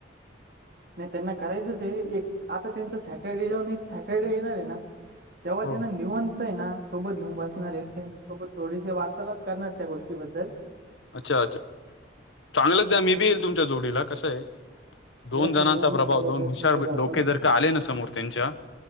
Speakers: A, on the right; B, on the left.
A: नाही त्यांना करायचंच आहे एक आता त्यांच सॅटर्डे जाऊन एक सॅटरडे येणार आहे ना. तेव्हा
B: हो
A: त्यांना निऊन कां हाय ना सोबत घेऊन बसणारे त्यांच्यासोबत थोडीशी वार्तालाप करणार त्या गोष्टीबद्दल
B: अच्छा अच्छा चांगलंच जा मी बी येईल तुमच्या जोडीला कसंय
A: या
B: दोन जणांचा
A: तुम्ही आम्ही
B: प्रभाव
A: कोलॅबरेशन
B: दोन हुशार
A: करू आपण.
B: डोके जर का आले ना समोर त्यांच्या